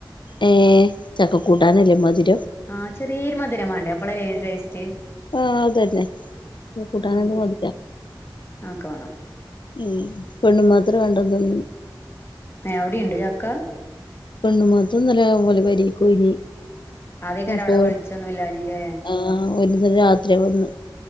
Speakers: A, on the left; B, on the left.
A: ഏഹ് ചക്കക്കൂട്ടാനല്ലേ മധുരം
B: ആഹ് ചെറിയരു മധുരമാണ്ടേ അവള ടേസ്റ്റ്
A: ആഹ അതു തന്നെ കൂട്ടാൻ
B: ആഹ്
A: എ മോദിക്കാം
B: അതൊക്കെ വേണം
A: ഉ പെണ്ണു മാത്ര കേണ്ടതന്ന
B: അവിടെയുണ്ട് ചക്ക
A: പെണ് മാത്രും നല്ല പോലി വരിക്ക ഇനി
B: അതേക്കാരം
A: അപ്പോ
B: അവിടെ വെളിച്ചൊന്നും ഇല്ലാഞ്ഞില്ലേ
A: ആഹ വുന്ന രാത്രി വന്ന്